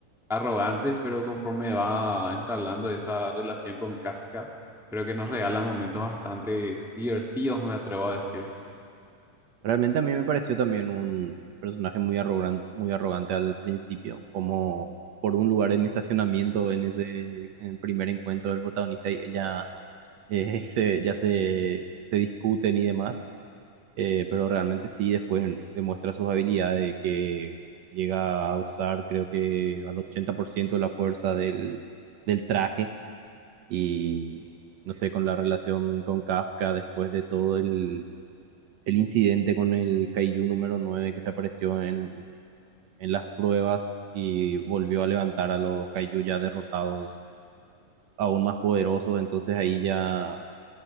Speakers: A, in the centre; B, on the right.
A: arrogante, pero conforme va entablando esa relación con Kafka, creo que nos regalan momentos bastante divertidos, me atrevo a decir.
B: Realmente a mí me pareció también un personaje muy arrogante, muy arrogante al principio, como por un lugar en estacionamiento en ese en el primer encuentro del protagonista y ella eh, <laughs> se, ya se, se discuten y demás. eh, pero realmente sí, después demuestra sus habilidades de que llega a usar creo que al 80% de la fuerza del, del traje y no sé, con la relación con Kafka después de todo el, el incidente con el Kaiju número nueve que se apareció en, en las pruebas y volvió a levantar a los Kaiju ya derrotados aún más poderosos, entonces ahí ya